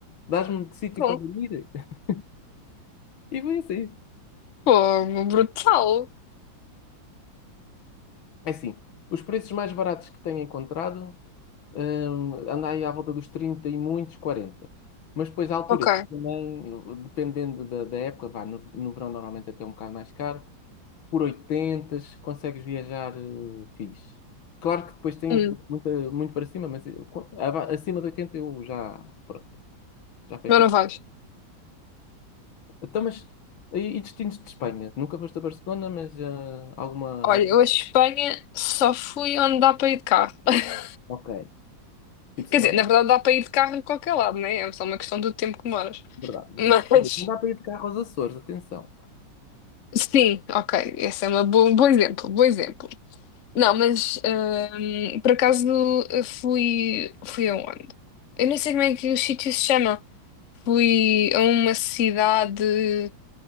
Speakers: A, on the left; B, on the left.
A: dás-me de sítio
B: Bom,
A: para dormir? <laughs> E foi assim.
B: pô, brutal.
A: É assim, os preços mais baratos que tenho encontrado, hum, anda aí à volta dos 30 e muitos 40. Mas depois há alturas
B: Ok,
A: que também, dependendo da, da época, vá, no, no verão normalmente até é um bocado mais caro, por 80 consegues viajar eh, fixe. Claro que depois tem
B: hum,
A: muita, muito para cima, mas eu- co- aba- acima de 80 eu já, pronto, já fecho
B: mas não
A: os...
B: vais.
A: Então, mas, e, e destinos de Espanha? Nunca foste a Barcelona, mas ah, alguma,
B: Olha,
A: algum...
B: eu a Espanha só fui onde dá para ir de carro. <laughs>
A: Ok. Tipo, sei
B: Quer dizer,
A: lá,
B: na verdade dá para ir de carro em qualquer lado, né? É só uma questão do tempo que moras
A: Verdade, verdade.
B: Mas,
A: Quer dizer, Não dá para ir de carro aos Açores, atenção.
B: <laughs> sim, ok, esse é uma bo- um bom exemplo, bom exemplo. Não, mas hum, por acaso eu fui, fui aonde? Eu nem sei como é que o sítio se chama. Fui a uma cidade